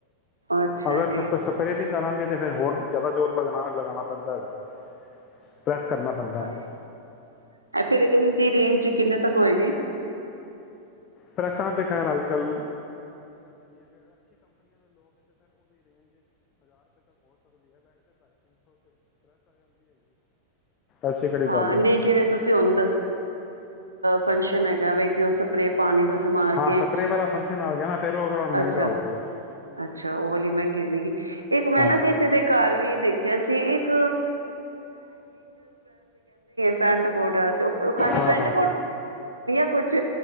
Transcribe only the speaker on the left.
ਅਗਰ
ਸਪ ਸਪਰੇ ਨੀ ਕਰਾਂਗੇ ਤੇ ਫੇਿਰ ਹੋਰ ਜ਼ਿਆਦਾ ਜ਼ੋਰ ਲਗਣਾ ਲਗਾਉਣਾ ਪੈਂਦਾ ਹੈਗਾ ਪ੍ਰੈਸ ਕਰਨਾ ਪੈਂਦਾ
ਪ੍ਰੈਸਾਂ ਤਾਂ ਖੈਰ ਅੱਜ ਕੱਲ੍ਹ ਐਸੀ ਕਿਹੜੀ
ਗੱਲ ਹੈ
ਹਾਂ
ਸਪਰੇ ਵਾਲਾ ਫੰਕਸ਼ਨ ਆ ਗਿਆ ਨਾ ਫਿਰ ਉਹ ਥੋੜ੍ਹਾ ਮਹਿੰਗਾ
ਹੋ ਜਾਵੇਗਾ
ਹਾਂ
ਹਾਂ ਹਾਂ